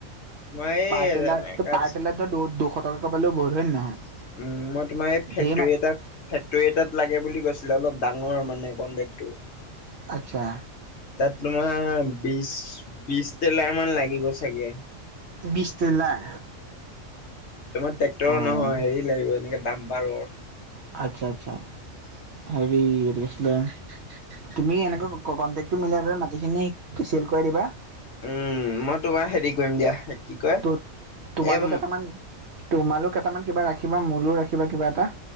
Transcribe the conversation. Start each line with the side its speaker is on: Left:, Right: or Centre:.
Left: তোমাৰ এই
Right: পাৰ টেলাৰ
Left: এনেকা
Right: পাৰ টেলাৰত তো দু দুশ শটকাকৈ পালওঁ বহুত হয়নে নহয়?
Left: উম মই তোমাৰ এই ফেক্টৰী
Right: ধেৰ মা
Left: এটাত ফেক্টৰী এটাত লাগে বুলি কৈছিলে, অলপ ডাঙৰ মানে কন্ট্ৰেক্টটো।
Right: আচ্ছা।
Left: তাত তোমাৰ বিশ বিশ টেলাৰ মান লাগিব চাগে। উম
Right: বিশ টেলাৰ
Left: তোমাৰ ট্ৰেক্টৰৰ
Right: অঁ
Left: নহয় হেৰি লাগিব। এনেকে দম্পাৰৰ
Right: আচ্ছা আচ্ছা, হেৰি এইটো কি আছিলে? তুমি এনেকৈ কনটেকটো মিলাই পেলাই মাটিখিনি চেল কৰাই দিবা।
Left: উম, মই তোমাৰ হেৰি কৰিম, দিয়া। কি কয়
Right: ত' তোমালোক
Left: এ উম
Right: কেইটামান, তোমালোক কেইটামান কিবা ৰাখিবা, মোলৈও ৰাখিবা, কিবা এটা।